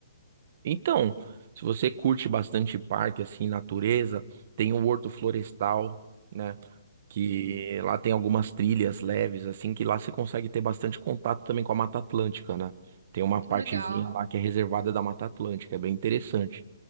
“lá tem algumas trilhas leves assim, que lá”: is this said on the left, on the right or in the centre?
Right